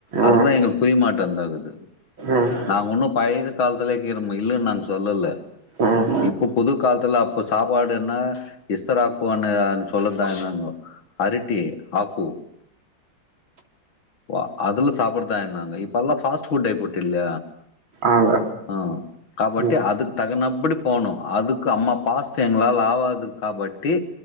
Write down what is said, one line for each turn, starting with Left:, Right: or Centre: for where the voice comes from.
Left: அதுதா
Right: ம்
Left: எங்களுக்கு புரியமாட்டந்தாகுது
Right: ம்
Left: நாங்க உன்னும் பழைய இது காலத்துலேக்கீறோமு இல்லன்னு நாங் சொல்லல்ல
Right: ம்
Left: இப்போ புது கால்த்துல அப்ப ஸ் சாப்பாடுன்னா இஸ்தராக்குனு அன்னு சொல்ல <unintelligible> அரிட்டி ஆக்கு வா அதுல சாப்புறதா என்னங்க இப்பல்லா ஃபாஸ்ட் ஃபுட் ஆயி புட்டு இல்ல
Right: ஆங்க
Left: ஆ காபட்டி
Right: ம்
Left: அதுக் தகுனப்புடி போனும் அதுக்கு அம்மா பாஸ்து எங்களால் ஆவாது காபட்டி